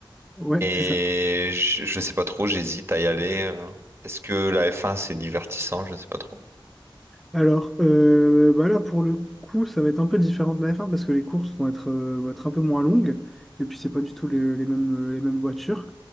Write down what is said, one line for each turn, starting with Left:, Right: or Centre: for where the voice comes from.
Centre: Ouais,
Right: Et
Centre: c'est ça.
Right: je, je sais pas trop, j'hésite à y aller. euh. Est-ce que la F1 c'est divertissant? Je sais pas trop.
Centre: Alors, euh, bah là, pour le coup, ça va être un peu différent de la F1 parce que les courses vont être, euh, vont être un peu moins longues et puis c'est pas du tout les, les mêmes, les mêmes voitures.